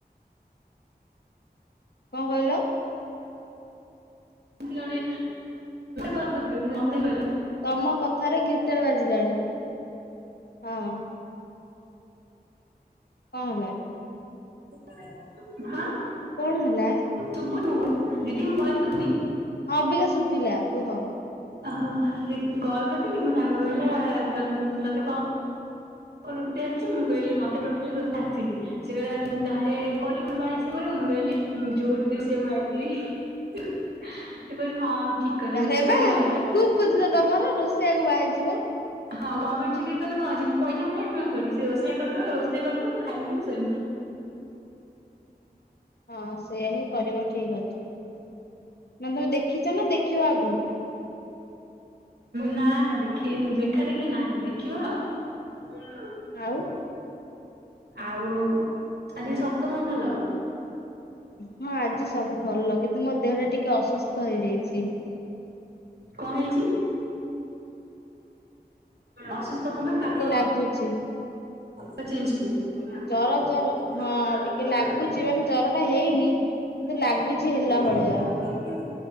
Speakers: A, on the left; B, on the right.
A: କଣ କହିଲ।
B: ଜ କରିଁ ମତେ କହିଲ
A: ତମ କଥାରେ ଗିଟାର ବାଜିଲାଣି ହଁ। କହ ହେଲା।
B: ସେ <unintelligible> ହଁ
A: କଣ ହେଲା
B: ତୁବୁ ନହବ ଦିଦି ତୁମା <unintelligible>
A: ହଁବିକା ଶୁଭିଲା କୁହ
B: ଓହୋ ସେ କଲ୍ କରିଥିଲି ମୋ ସାଙ୍ଗ କହିଲା ତତେ କଣ ଙ୍କ ରୋଷେଇ ଆସିଛି ମୁଁ କହିଲି ମତେ ଟୋଟାଲି ରୋଷେଇ ଆସିନି ସେ କହିଲା ତାହରେ କରିବୁନି ବାହା ହେଇ ସେ କରିବ ମୁଁ ଗହଲିି ମୁଁ ଯୋଉ ସେ ଗୁ <unintelligible> ଏପରି ହଁ ଠିକ କର
A: ଆରେ
B: ରୋଷେଇ
A: ବା
B: ପାଇଁ ପାଇଜା
A: ଖୁବ ବୁଦ୍ଧି ତ ତମର ରୋଷେଇଆକୁ ବାହାହେଇଯିବ
B: ହଁ ଗଭଣ୍ଣମଣ୍ ଚାକିରି କଲେ କ ଅଛି ମୁ ପଇସା ଖାଇବୁନା ଥୋଡି ସେ ରୋଷେଇଆ କରିଦବ ରୋଷେଇ କରିଦବ ମୁଁ ଖାଇମି ପିମି ଶୋଇମି
A: ହଁ ସେଇୟଆ ହିଁ କରିବ ଠିକ ଅଛି ମାନେ ତମେ ଦେଖିଛ ନା ଦେଖିବ ଆଗକୁ
B: ନା ନା ଦେଖ ଦେଖା ଦେଖି ନାହିଁ ଦେଖିବା ଆଉ
A: ଆଉ
B: ଆଉ ଆଜି ସବୁ ତମ ଭଲ
A: ହଁ ଆଜି ସବୁ ଭଲ କିନ୍ତୁ ମୋ ଦେହଟା ଟିକେ ଅସୁସ୍ଥ ହେଇଯାଇଛି
B: କଣ ହେଇଛି? ଅସୁସ୍ଥ କ ପାଇଁ ପାଗ
A: ଲାଗୀଛି
B: ପ ଚେଞ୍ଚ କୁ <unintelligible> ମାମଲି
A: ଜର ଜର
B: ଘର ବୋଉ କହୁଥିଲା
A: ହଁ
B: <unintelligible> ଆ ଆମର
A: ଟିକେ ଲାଗୁଛି ମାନେ ଜର ଟା ହେଇନି କିନ୍ତୁ ଲାଗୁଛି ହେଲା ଭଳିଆ
B: କଣ ଜାଗା ଥୁଆ